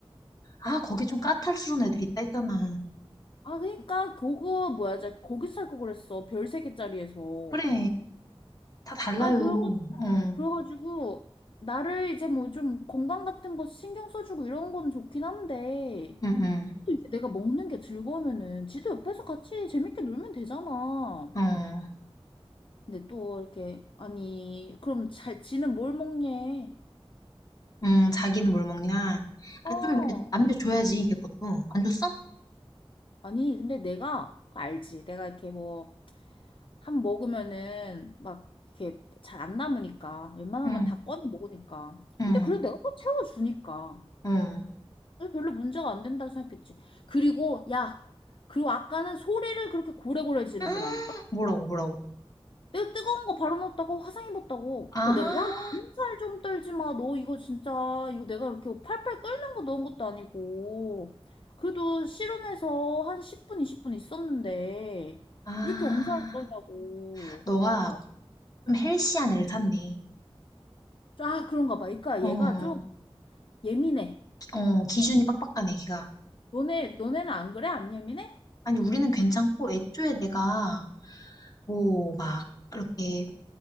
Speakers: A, on the left; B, on the left.
A: 아, 거기 좀 까탈스러운 애들이 있다 했잖아.
B: 아 그러니까 그거 뭐야 저 거기 살 거 그랬어 별 세 개짜리에서
A: 그래. 다 달라요.
B: 아, 그러고,
A: 어.
B: 그래가지고, 나를 이제 뭐 좀 건강 같은 거 신경 써주고 이런 건 좋긴 한데,
A: 응응.
B: 또 이제 내가 먹는 게 즐거우면은 지도 옆에서 같이 재밌게 놀면 되잖아.
A: 어.
B: 근데 또 이렇게, 아니, 그럼 잘, 지는 뭘 먹냐?
A: 응, 자기는 뭘 먹냐?
B: 어,
A: 아, 좀 이렇게 남겨줘야지, 걔 것도. 안 줬어?
B: 아니, 근데 내가 그거 알지. 내가 이렇게 뭐, 한 먹으면은 막 이렇게 잘 안 남으니까. 웬만하면
A: 응,
B: 다 꺼내 먹으니까.
A: 응,
B: 근데 그래도 내가 또 채워주니까.
A: 어.
B: 그래서 별로 문제가 안 된다고 생각했지. 그리고, 야, 그리고 아까는 소리를 그렇게 고래고래 지르더라니까?
A: <gasps> 뭐라고, 뭐라고.
B: 내가 뜨거운 거 바로 넣었다고 화상 입었다고.
A: 아,
B: 그리고 내가, 야, 몸살 좀 떨지 마. 너 이거 진짜, 이거 내가 이렇게 팔팔 끓는 거 넣은 것도 아니고. 그래도 실온에서 한 10분, 20분 있었는데,
A: 아.
B: 왜 이렇게 엄살을 떠냐고.
A: 너가
B: 막,
A: 좀 헬시한 애를 샀네.
B: 아, 그런가 봐. 그러니까
A: 어,
B: 얘가
A: 어,
B: 좀 예민해.
A: 어, 기준이 빡빡하네, 걔가.
B: 너네, 너네는 안 그래? 안 예민해?
A: 아니, 우리는 괜찮고, 애초에 내가, 뭐, 막, 이렇게,